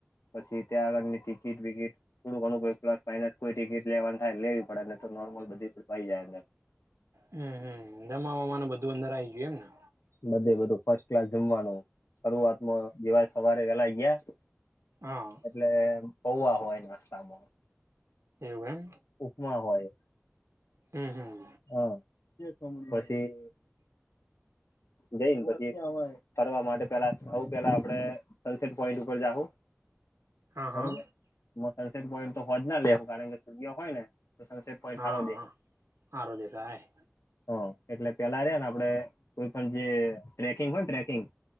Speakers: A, on the left (about 75°); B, on the right (about 80°).
A: પછી ત્યાં આગળની ટિકિટ વિકિટ થોડું ઘું કો પ્લસ ફનસ કોઈ ટિકિટ. લેવન થાય લેવી પડે ને તો નોર્મલ બધીઈ જાય અંદર.
B: હમમ જમાવામાનું બધું અંદર આવી ગયું એમ ને.
A: બધે બધું ફર્સ્ટ ક્લાસ જમવાનું. શરૂઆતમાં જેવા સવારે વેલા ગયા.
B: હા.
A: એટલે પૌવા હોય નાસ્તામાં.
B: એમ.
A: ઉપમા હોય.
B: હમ હમ.
A: હા પછી. જઈને પછી ફરવા માટે પેલા આવ પેલા આપડે સનસેટ પોઈન્ટ ઉપર જાહુ.
B: હા
A: બરોબર
B: હા
A: સરરસેક પોઈન્ટ તો હોજ ના લેવું કારણ કે સૂર્ય હોય ને. તો સનસેટ પોઈન્ટ
B: હા
A: સારો
B: આરોધ્ય કાય.
A: હા એટલે પેલા ર ને આપડે કોઈ પણ જે ટ્રેકિંગ હોય ને ટ્રેકિંગ.